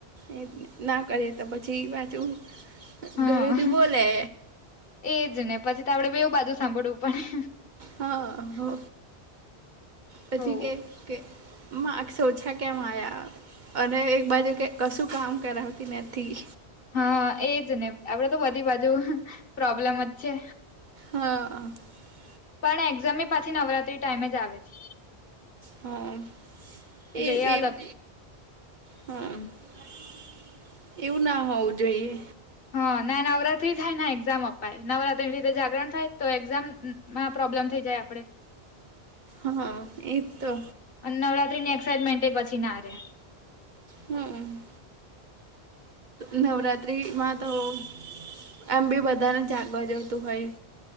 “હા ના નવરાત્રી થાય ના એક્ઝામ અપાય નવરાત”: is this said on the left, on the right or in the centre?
Left